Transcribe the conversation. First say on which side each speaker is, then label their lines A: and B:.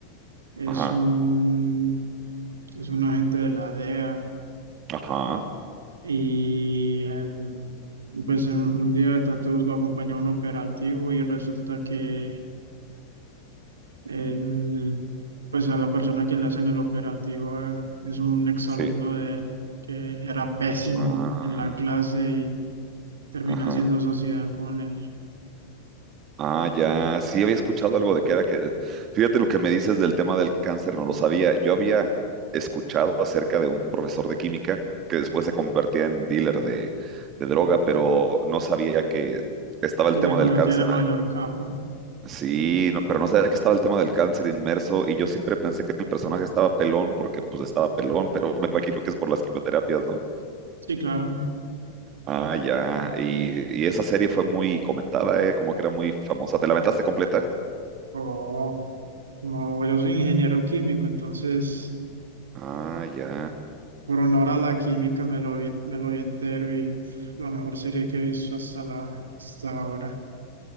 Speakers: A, on the right; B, on the right.
A: es
B: Ajá,
A: un, es un agente de la DEA
B: ajá,
A: y él, pues un, un día de tantos lo acompañó a un operativo y resulta que él, pues a la persona que le hacen el operativo eh, es un exalumno
B: sí.
A: de él que era pésimo
B: Ah,
A: en la clase y termina
B: Ajá,
A: haciendo sociedad con él
B: Ah, ya, sí había escuchado algo de que era que, fíjate lo que me dices del tema del cáncer, no lo sabía. Yo había escuchado acerca de un profesor de química que después se convertía en dealer de, de droga, pero no sabía que estaba el
A: y
B: tema
A: se convertía
B: del cáncer.
A: en el mayor capo.
B: Sí, no- pero no sabía que estaba el tema del cáncer inmerso y yo siempre pensé que el personaje estaba pelón porque pues estaba pelón, pero me imagino que es por las quimioterapias, ¿no?
A: Sí, claro.
B: Ah, ya, y, y esa serie fue muy comentada, ¿eh? Como que era muy famosa. ¿Te la aventaste completa?
A: Oh, como yo soy ingeniero químico, entonces...
B: Ah, ya.
A: Por honor a la química me lo vi, me lo vi entero y uf, la mejor serie que he visto hasta, la, hasta ahora.